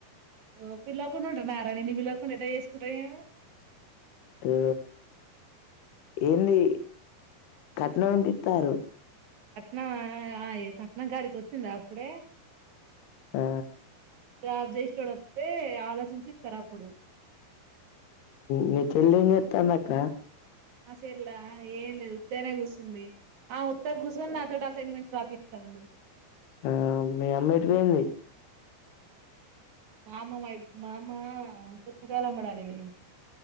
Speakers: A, on the right; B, on the left.
A: ఓ పిల్వకుండ ఉంటానార నీను పిలవకుండా ఎట చేసుకుంట నేను
B: ఉ ఏంది కట్నం ఏంత ఇత్తారు
A: నా అయే కట్నం కాడికి వచ్చింద అప్పుడే
B: ఆ
A: జాబ్ చేసేటోడు దే ఆలోచించి ఇస్తారు అప్పుడు
B: మీ చెల్లి ఏం చేస్తుంది అక్క
A: మా చెల్ల ఏం లేదు ఉత్తిగానే కూసుంది ఉత్తగా గుసోని నాతోటి అసైన్మెంట్స్ రాపిత్తాంది
B: ఆ మీ అమ్మా ఏటు పోయింది
A: మామ మా మామ్మ పుచ్చకాయలు అమ్మడానికి పోయింది